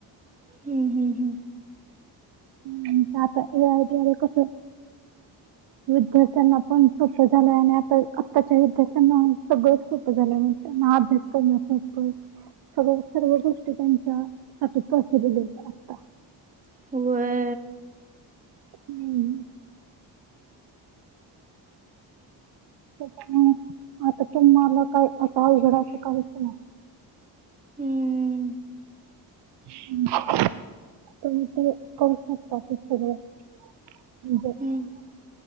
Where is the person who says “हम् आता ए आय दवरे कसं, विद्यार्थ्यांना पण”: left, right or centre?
Right